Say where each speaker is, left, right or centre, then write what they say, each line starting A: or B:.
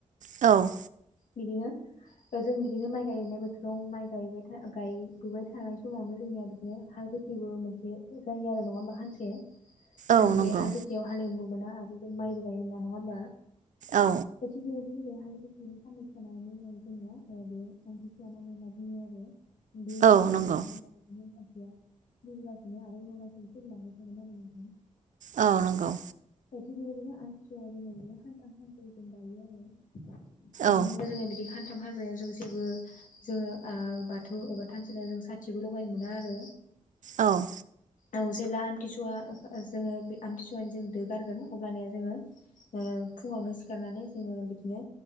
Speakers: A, on the right; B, on the left.
A: औ
B: बिदिनो जों बिदिनो माइ गायनाय बोथोराव माइ गायबायथा गायबोबाय थानाय समावनो जोंनिया बिदिनो हा खथिबो मोनसे जायो आरो नङा होमबा हानसे जों
A: औ नंगौ
B: बे हाल गोथियाव हालेवनोबो मोना आरो जों माइबो गायनो मोना नङा होमबा
A: औ
B: फ बेबायदिनो बे हाल <unintelligible> बेनो फाननैसोनानै जोंनिना बे आमथिंसोवा नाङो होनना बुङो आरो बे
A: औ
B: गोदोनि
A: नंगौ
B: <unintelligible> दगासिनो आरो अनब्लासिनो सोलिलांबाय थागोन <unintelligible> आरो नोंथां
A: अ नंगौ
B: द थिग बेबायदिनो आमथििसुवाया जोंना बिदिनो हान्थाम हान्थै जों बायो आरो <unintelligible> बिदिनो
A: औ
B: जोङो बिदि <unintelligible> सानथाम हाबायाव जों जेबो जोङो ओ बाथौ एबा थानसालियाव जों साथिबो लगायनो मोना आरो
A: अ'
B: औ जेब्ला आमथिसुवा जोङो बे आमथिसुवानि जों दो गारगोन अबानया जोङो ओ फुङावनो सिखारनानै जोङो बिदिनो